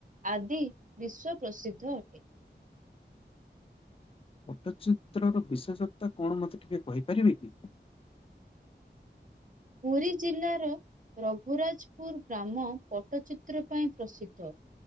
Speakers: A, on the right; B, on the left.
A: ଆଦି ବିଶ୍ଵ ପ୍ରସିଦ୍ଧ ଅଟେ।
B: ପଟ୍ଟଚିତ୍ରର ବିଶେଷତ୍ୱ କଣ ମୋତେ ଟିକେ କହିପାରିବେ କି?
A: ପୁରୀ ଜିଲ୍ଲାର ରଘୁରାଜପୁର ଗ୍ରାମ ପଟ୍ଟଚିତ୍ର ପାଇଁ ପ୍ରସିଦ୍ଧ।